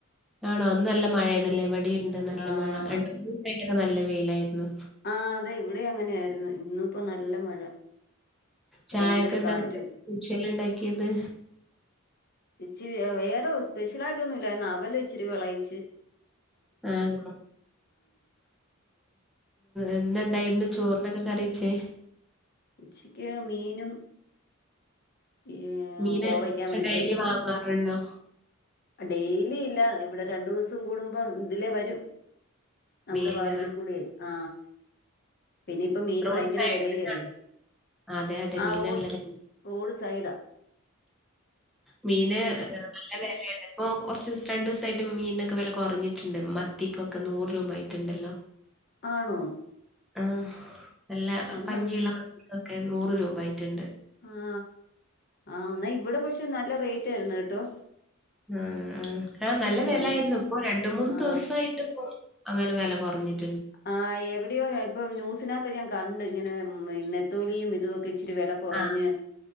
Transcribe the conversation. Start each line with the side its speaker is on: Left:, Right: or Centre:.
Centre: ആണോ ന്ന് നല്ല മഴയാണല്ലേ ഈവിടേംണ്ട് നല്ല
Left: ആഹ്
Centre: മഴ രണ്ട് മൂന്ന് ദിവസായിട്ടൊക്കെ നല്ല വെയിലായിരുന്നു
Left: ആ അതെ ഇവിടെ അങ്ങനെയായിരുന്നു ഇന്നിപ്പോ നല്ല മഴ
Centre: ചായയൊക്കെ
Left: ഭയങ്കര
Centre: എന്താ
Left: കാറ്റും
Centre: സൂക്ഷല്ല് ണ്ടാക്കിയത്
Left: ഇച്ചിരി വേറെ സ്പെഷ്യൽ ആയിട്ടൊന്നുംല്ലായിരുന്നു അവല് ഇച്ചിരി വെളയിച്ച്
Centre: ആണോ ഇന്നെന്തായിരുന്നു ചോർന് കറി വെച്ചേ
Left: ഉച്ചക്ക് മീനും ഉം
Centre: മീന്
Left: കോവക്കാ
Centre: ഒക്കെ
Left: മെഴുക്കരട്ടി
Centre: ഡെയിലി വാങ്ങാറുണ്ടോ
Left: ഡെയിലി ഇല്ല ഇവിടെ രണ്ടു ദിവസം കൂടുമ്പോ ഇതിലേ വരും നമ്മുടെ
Centre: മീന്
Left: വാതിലിൽ കൂടെയ് ആ പിന്നെ ഇപ്പ മീന്
Centre: റോഡ്
Left: ഭയങ്കര
Centre: സൈഡിൽ
Left: വിലയല്ലേ
Centre: അതെ അതെ
Left: ആ
Centre: മീനല്ല
Left: റോഡ് റോഡ് സൈട
Centre: മീന് നല്ല വിലാണ് ഓ കുറച്ച് ദിവസം രണ്ടു ദിവസായിട്ട് മീനിനൊക്കെ വില കുറഞ്ഞിട്ടുണ്ട് മത്തിക്കൊക്കെ നൂറ് രൂപ ആയിട്ടുണ്ടല്ലോ
Left: ആണോ
Centre: ആ നല്ല
Left: അന്നാ
Centre: പഞ്ഞിയുള്ള വട്ടികൊക്കെ നൂറ് രൂപായിട്ടുണ്ട്
Left: ആ ആ എന്നാ ഇവിടെ പക്ഷെ നല്ല റേറ്റ് ആയിരുന്നു കേട്ടോ
Centre: ആ ആ ക നല്ല വില
Left: രണ്ട്
Centre: ആരുന്നു ഇപ്പൊ രണ്ട മൂന്ന്ു
Left: ആ
Centre: ദിവസയിട്ട് പോ അങ്ങനെ വില കുറഞ്ഞിട്ട്
Left: ആ എവിടെയോ ഇപ്പൊ ന്യൂസിനകത്ത് ഞാൻ കണ്ട് ഇങ്ങനെ നെത്തോലിയും ഇതൊക്കെ ഇച്ചിരി വില കുറഞ്ഞ്
Centre: ആഹ്